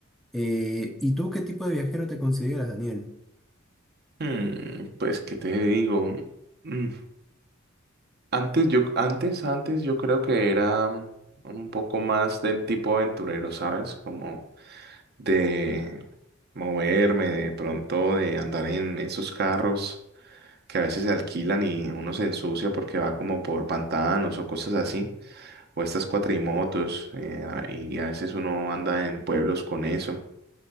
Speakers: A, in the centre; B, on the right (about 50°).
A: Eh, ¿y tú qué tipo de viajero te consideras, Daniel?
B: Hmm, pues, ¿qué te digo? Mm, Antes yo, antes, antes yo creo que era mm, un poco más del tipo aventurero, ¿sabes? Como de moverme, de pronto de andar en esos carros que a veces se alquilan y uno se ensucia porque va como por pantanos o cosas así, o estas cuatrimotos, eh, a- y a veces uno anda en pueblos con eso.